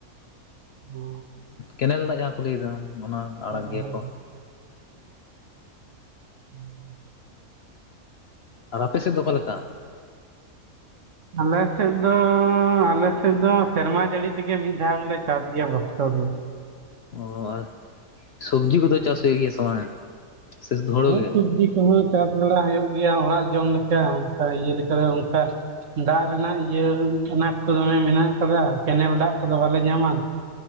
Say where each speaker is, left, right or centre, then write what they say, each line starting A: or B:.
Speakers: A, on the right; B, on the left.
A: ᱚ
B: ᱠᱮᱱᱮᱞ ᱫᱟᱜ ᱡᱟᱸᱦᱟ ᱠᱚ ᱞᱟᱹᱭ ᱫᱟ ᱚᱱᱟ ᱟᱲᱟᱠ
A: ᱦᱚᱸ
B: ᱜᱮᱭᱟ
A: ᱦᱚᱸ
B: ᱠᱚ᱾
A: <inaudible>
B: ᱟᱨ ᱟᱯᱮ ᱥᱮᱫ ᱫᱚ ᱚᱠᱟ ᱞᱮᱠᱟ?
A: ᱟᱞᱮᱥᱮᱫ ᱫᱚ ᱟᱞᱮᱥᱮᱫ ᱫᱚ ᱥᱮᱨᱢᱟ ᱡᱟᱹᱲᱤ ᱛᱮᱜᱮ ᱢᱤᱫ ᱫᱷᱟᱣ ᱜᱮᱞᱮ ᱪᱟᱥ ᱜᱮᱭᱟ ᱵᱚᱪᱷᱚᱨ ᱨᱮ
B: ᱚ ᱟᱨ ᱥᱚᱵᱡᱤ ᱠᱚᱫᱚ ᱪᱟᱥ ᱦᱳᱭᱳᱜ ᱜᱮᱭᱟ ᱥᱮ ᱵᱟᱝ ᱥᱮ ᱦᱳᱲᱳ
A: ᱦᱮᱸ
B: ᱜᱮ
A: ᱥᱚᱵᱡᱤ ᱠᱚᱦᱚᱸ ᱪᱟᱥ ᱵᱟᱲᱟ ᱦᱳᱭᱳᱜ ᱜᱮᱭᱟ ᱚᱲᱟᱜ ᱡᱚᱢ ᱞᱮᱠᱟ ᱚᱱᱠᱟ ᱤᱭᱟᱹ ᱞᱮᱠᱟ ᱫᱚ ᱚᱱᱠᱟ ᱫᱟᱜ ᱨᱮᱱᱟᱜ ᱤᱭᱟᱹ ᱟᱱᱟᱴ ᱠᱚ ᱫᱚᱢᱮ ᱢᱮᱱᱟᱜ ᱟᱠᱟᱫᱟ ᱠᱮᱱᱮᱞ ᱫᱟᱜ ᱠᱚᱫᱚ ᱵᱟᱞᱮ ᱧᱟᱢᱼᱟ